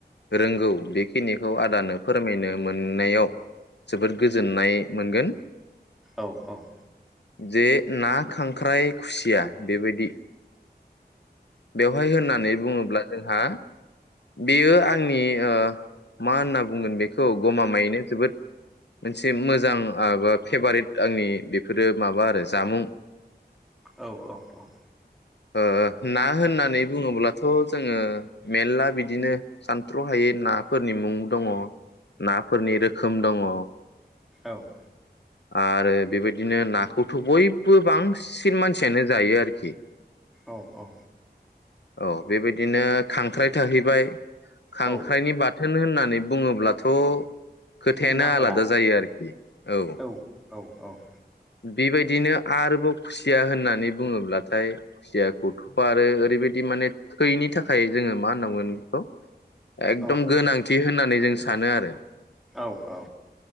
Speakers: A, on the left; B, in the centre.
A: रोंगौ बेखिनिखौ आदानो फोरमायनो मोननायाव जोबोद गोजोननाय मोनगोन।
B: औ औ।
A: जे ना खांख्राइ खुसिया बेबायदि। बेवहाय होननानै बुङोब्ला जोंहा बेयो आंनि ओ मा होनना बुंगोन बेखौ गमामायैनो जोबोद मोनसे मोजां बा फेभारेट आंनि बेफोरो माबा आरो जामुं।
B: औ औ औ।
A: ओ। ना होननानै बुङोब्लाथ' जोङो मेरला बिदिनो सानथ्र'हायै नाफोरनि मुं दङ नाफोरनि रोखोम दङ।
B: औ।
A: आरो बेबायदिनो नाखौथ' बयबो बांसिन मानसियानो जायो आरोखि।
B: औ औ औ।
A: औ बेबायदिनो खांख्राइ थाहैबाय। खांख्राइनि
B: औ
A: बाथो। होन होननानै बुङोब्लाथ'। खोथायानो
B: बुंनो आंखाला
A: आलादा जायो आरोखि औ।
B: औ औ।
A: बेबायदिनो आरोबाव खुसिया होननानै बुङोब्लाथाय खुसियाखौथ' आरो ओरैबायदि माने थैनि थाखाय जोङो मा होननांगोन बेखौ एकदम
B: औ
A: गोनांथि। थि होननानै जों सानो आरो।
B: औ औ।